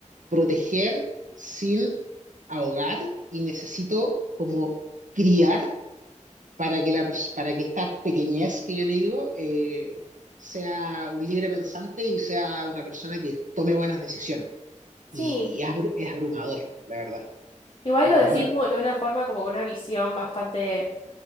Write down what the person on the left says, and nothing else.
Sí.
Igual
lo decís mu- de una forma como con una visión bastante